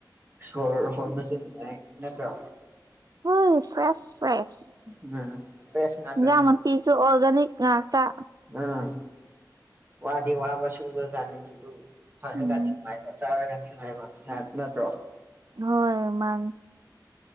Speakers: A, on the right; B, on the right.
A: ꯁꯣꯔ ꯍꯣꯟꯕꯁꯨ ꯅꯨꯡꯉꯥꯏ ꯅꯠꯇ꯭ꯔꯣ
B: ꯎꯝ ꯐ꯭ꯔꯦꯁ ꯐ꯭ꯔꯦꯁ
A: ꯎꯝ ꯐ꯭ꯔꯦꯁ ꯉꯥꯛꯇꯅꯤ
B: ꯏꯟꯖꯥꯡ ꯃꯄꯤꯁꯨ ꯑꯣꯔꯒꯅꯤꯛ ꯉꯥꯛꯇ
A: ꯎꯝ ꯋꯥꯗꯤ ꯋꯥꯕ ꯁꯨꯕꯀꯥꯟꯗꯗꯤꯗꯨ ꯐꯔꯀꯟꯗ
B: ꯎꯝ
A: ꯅꯨꯡꯉꯥꯏꯕ ꯆꯥꯔꯀꯟꯗ ꯅꯨꯡꯉꯥꯏꯕ ꯉꯥ ꯅꯠꯇ꯭ꯔꯣ
B: ꯍꯣꯏ ꯃꯅꯤ